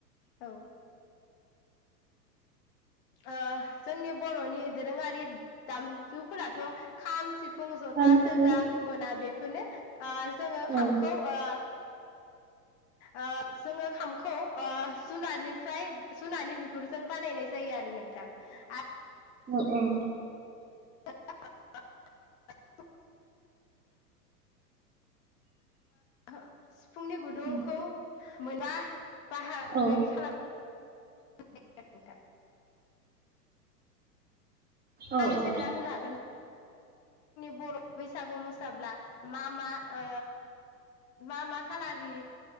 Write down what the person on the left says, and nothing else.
औ। ओ जोंनि बरनि दोरोङारि दामजुफोराथ खाम सि फुं जथा
सेरजा गंगोना बेफोरनो। आ जोङो
खामखौ आ ओ जोङो खामखौ ओ जुननिफ्राय जुनारनि बिगुरजों बानायनाय जायो आ रो नोंथां आ
<inaudible> ओहो सिफुंनि गुदुंखौ
मोनाबा बाहागोनि
खालाम <inaudible>
ङा एसे
<inaudible> होनो हागोन <inaudible> जोंनि बर बैसागु मोसाब्ला मा मा ओ मा मा खालारनि